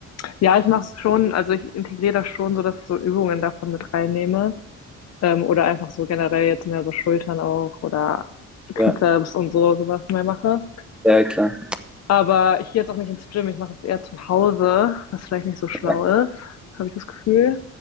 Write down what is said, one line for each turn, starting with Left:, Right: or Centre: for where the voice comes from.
Left: Ja, ich mache es schon, also ich integriere das schon so, dass ich so Übungen davon mit reinnehme. Ähm, oder einfach so generell jetzt mehr so Schultern auch oder Trizeps
Centre: Ja,
Left: und so, sowas mal mache.
Centre: ja, klar.
Left: Aber ich gehe jetzt auch nicht ins Gym, ich mache es eher zu Hause, was vielleicht nicht so schlau
Centre: Ja.
Left: ist, habe ich das Gefühl.